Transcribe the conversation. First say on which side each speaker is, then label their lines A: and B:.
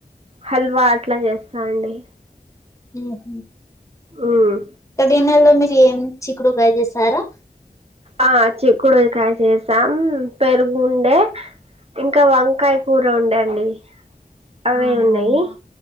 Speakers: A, on the right; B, on the left.
A: హల్వా అట్లా చేస్తా అండి
B: ఉహ
A: ఉమ్
B: ఇక డిన్నర్ లో మీరు ఏం చిక్కుడుకాయ చేస్తారా
A: ఆ చిక్కుడుకాయ చేస్తాం పెరుగుండే ఇంకా వంకాయ కూర ఉండేండి అవే
B: ఆహా
A: ఉన్నాయి